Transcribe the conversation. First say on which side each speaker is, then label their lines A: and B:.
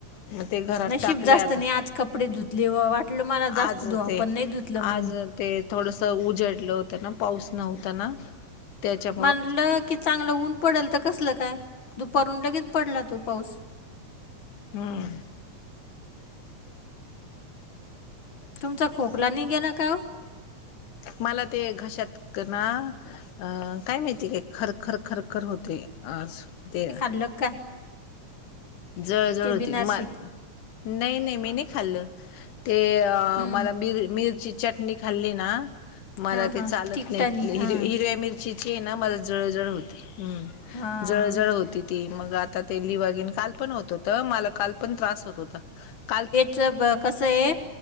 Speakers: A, on the left; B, on the left.
A: मग ते घरात
B: नशीब
A: टाकले
B: जास्त
A: आता
B: नाही आज कपडे धुतले व वाटलं मला जास्त
A: आज
B: धुवा
A: ते
B: पण नाही धुतलं मग
A: आज
B: मी
A: ते थोडस उजडलं होतं ना पाऊस नव्हता ना त्याच्या
B: म्हनलं की चांगलं ऊन पडल त कसलं काय दुपारून लगेच पडला तो पाऊस.
A: हम्म्म
B: तुमचा खोकला निघे ना काय ओ.
A: मला ते घशात कं ना अ काय माहिती <unintelligible> खरखर खरखर होते. अ ते
B: लकाय
A: जळजळ होती
B: बिनारशी
A: मा- नई नई मी नई खाल्ल ते
B: हम्म
A: मला मिर मिरची चटणी खाल्ली ना मला
B: हां
A: ते
B: हां
A: चालत
B: तिकटानी
A: नई
B: हां
A: हिर हिरव्या मिरचीचीय ना मला जळजळ होती हम्म.
B: हां
A: जळजळ होती ती मग आता लिवागेन काल पण होत होत मला काल पण त्रास होत होता काल.
B: च ब कसं आहे